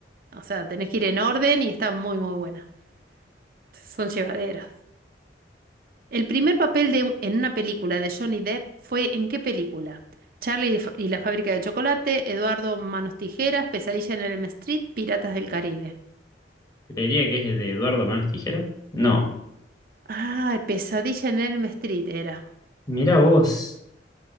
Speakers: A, on the right; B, on the left.
A: O sea, tenés que ir en orden y está muy, muy buena. Son llevaderas. El primer papel de, en una película de Johnny Depp fue ¿en qué película? Charlie y la fa- y la fábrica de chocolate, Eduardo Manos Tijeras, Pesadilla en Elm Street, Piratas del Caribe.
B: Creería que es el de Eduardo Manos Tijeras. No.
A: Ay, Pesadilla en Elm Street era.
B: Mirá vos.